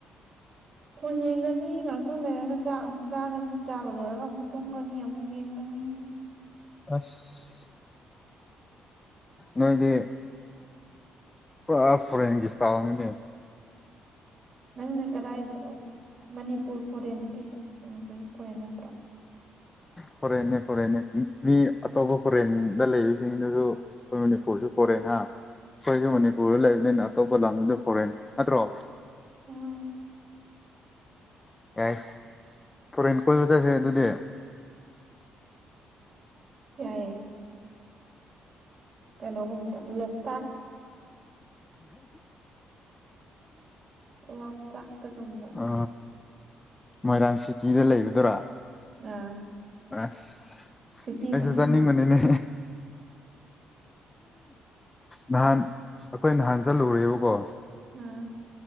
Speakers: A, on the right; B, on the left.
A: ꯊꯣꯟ ꯌꯦꯡꯒꯅꯤ ꯉꯥꯛꯇꯪ ꯂꯩꯔꯒ ꯆꯥꯛ ꯑꯃꯨꯛ ꯆꯥꯒꯅꯤ ꯆꯥꯕ ꯂꯣꯏꯔꯒ ꯈ ꯑꯃꯨꯛ ꯇꯨꯝꯒꯅꯤ ꯑꯃꯨꯛ ꯌꯦꯡꯒꯅꯤ
B: ꯑꯁ ꯅꯣꯏꯗꯤ ꯄꯨꯔꯥ ꯐꯣꯔꯦꯟꯒꯤ ꯆꯥꯎꯥꯎꯅꯤꯅꯦ
A: ꯅꯪꯅ ꯀꯗꯥꯏꯗ ꯃꯅꯤꯄꯨꯔ ꯐꯣꯔꯦꯅꯤ ꯀꯩꯅꯣ ꯃꯅꯤꯄꯨꯔꯁꯤ ꯐꯣꯔꯦꯟ ꯅꯠꯇ꯭ꯔꯣ
B: ꯐꯔꯅꯦ ꯐꯔꯅꯦ ꯃꯤ ꯑꯇꯣꯞꯄ ꯐꯣꯔꯦꯟꯗ ꯂꯩꯕꯁꯤꯡꯗꯨꯁꯨ ꯑꯩꯈꯣꯏ ꯃꯅꯤꯄꯨꯔꯁꯨ ꯐꯣꯔꯦꯟ ꯍꯥ ꯑꯩꯈꯣꯏꯁꯨ ꯃꯅꯤꯄꯨꯔꯗ ꯂꯩꯕꯅꯤꯅ ꯑꯇꯣꯞꯄ ꯂꯝꯗꯨꯗ ꯐꯣꯔꯦꯟ ꯅꯠꯇ꯭ꯔꯣ
A: ꯑ
B: ꯌꯥꯏ ꯐꯣꯔꯦꯟꯦꯟ ꯀꯣꯏꯕ ꯆꯠꯁꯦ ꯑꯗꯨꯗꯤ
A: ꯌꯥꯌꯦ ꯀꯩꯅꯣꯒꯨꯝꯕꯗ ꯂꯣꯛꯇꯥꯛ ꯂꯣꯛꯇꯥꯛꯇꯒꯨꯝꯕ
B: ꯑ ꯃꯣꯏꯔꯥꯡ ꯁꯤꯇꯤꯗ ꯂꯩꯕꯗꯔꯥ
A: ꯑꯥ
B: ꯑꯁ
A: ꯁꯤꯇꯤꯗ
B: ꯑꯩꯁꯨ ꯆꯥꯅꯤꯡꯕꯅꯤꯅꯦ ꯅꯍꯥꯟ ꯑꯩꯈꯣꯏ ꯅꯍꯥꯟ ꯆꯜꯂꯨꯔꯦꯕꯀꯣ
A: ꯑꯥ